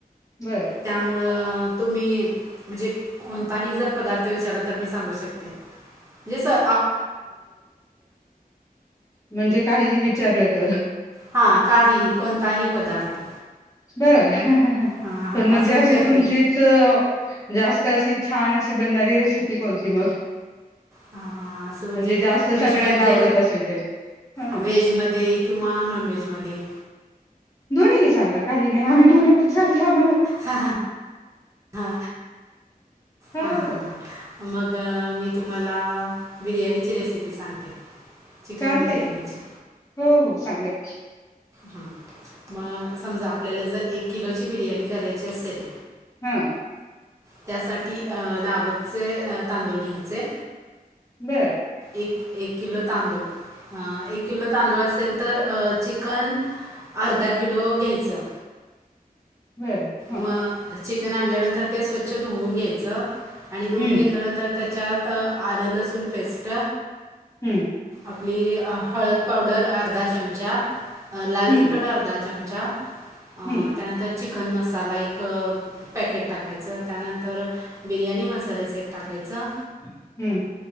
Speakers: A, on the left (about 20°); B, on the right (about 20°).
A: बर
B: त्यामुळं तुम्ही म्हणजे कोणताही जर पदार्थ विचारला तर मी सांगू शकते. जसं
A: म्हणजे काही विचारलं तर
B: हा काही ही कोणताही पदार्थ.
A: बरं.
B: हां हां
A: पण म्हणजे
B: असं
A: अशी
B: मी करते
A: तुमचीत जास्त अशी छान अशी बनणारी रेसिपी कोणती मग?
B: हा. हा असं म्हणजे
A: जास्त
B: व्हेज
A: सगळ्यांना
B: मध्ये
A: आवडत असेल ते ह
B: व्हेज मध्ये किंवा नॉन व्हेज मध्ये
A: दोन्ही सांगा काही नाही आम्ही दोनही पण चालत आम्हाला
B: हा हा ह हा
A: हो
B: हम
A: हो
B: हमा मग मी तुम्हाला बिर्याणीची रेसिपी सांगते चिकन
A: चालतंय
B: बिर्याणीची
A: की हो हो सांगत
B: ह मग समजा आपल्याला जर एक किलोची बिर्याणी करायची असेल
A: हा
B: त्यासाठी ती दावतचे तांदूळ घ्यायचे
A: बर
B: एक एक किलो तांदूळ ह एक किलो तांदूळ असेल तर चिकन अर्धा किलो घ्यायचं
A: बर हा
B: मग चिकन आणल्यानंतर ते स्वच्छ धुवून घ्यायचं आणि दोन
A: हम्म
B: घेतल्यानंतर त्याच्यात आलं लसूण पेस्ट
A: हम्म
B: आपली हळद पावडर अर्धा चमचा अ लाल
A: हम्म
B: तिखट अर्धात चमचा अ
A: हम्म
B: त्यानंतर कन मस् साला एक पॅकेट टाकायचं त्यानंतर बिर्याणी मसा तरऱच एक टाकायचं
A: हम्म